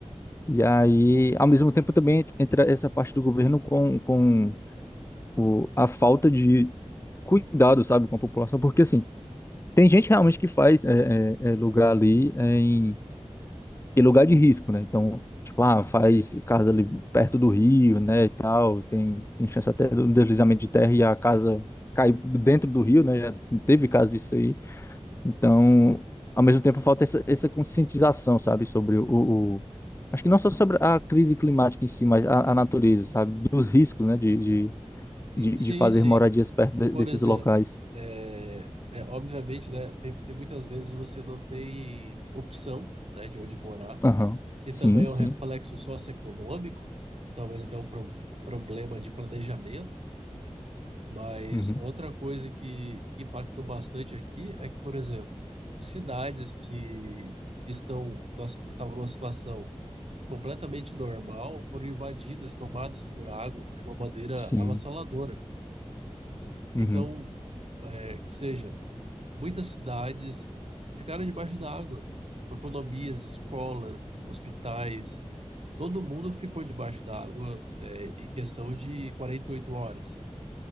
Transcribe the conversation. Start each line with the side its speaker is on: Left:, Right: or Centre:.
Left: E aí, ao mesmo tempo, também ent- entra essa parte do governo com, com o, a falta de cuidado, sabe, com a população, porque assim, tem gente realmente que faz é, é, é, lugar ali em, em lugar de risco, né? Então, tipo, ah, faz casa ali perto do rio, né, e tal, tem, tem chance até do deslizamento de terra e a casa cai dentro do rio, né? Já teve caso disso aí. Então, ao mesmo tempo, falta essa, essa conscientização, sabe, sobre o, o- Acho que não só sobre a crise climática em si, mas a, a natureza, sabe, dos riscos, né, de, de,
Right: E-
Left: de,
Right: Sim,
Left: de fazer
Right: sim.
Left: moradias perto de-
Right: Por
Left: desses
Right: exemplo,
Left: locais.
Right: é, é, obviamente, né, tem, tem muitas vezes você não tem opção, né, de onde morar,
Left: Aham.
Right: que
Left: Sim,
Right: também é
Left: sim.
Right: um reflexo socioeconômico e talvez até um pro- um problema de planejamento. Mas
Left: Uhum.
Right: outra coisa que, que impactou bastante aqui é que, por exemplo, cidades que estão numa situ- estavam numa situação completamente normal foram invadidas e tomadas por água de uma maneira
Left: Sim.
Right: avassaladora. Então,
Left: Uhum.
Right: é, que seja, muitas cidades ficaram debaixo da água, com economias, escolas, hospitais. Todo mundo ficou debaixo da água, é, em questão de 48 horas.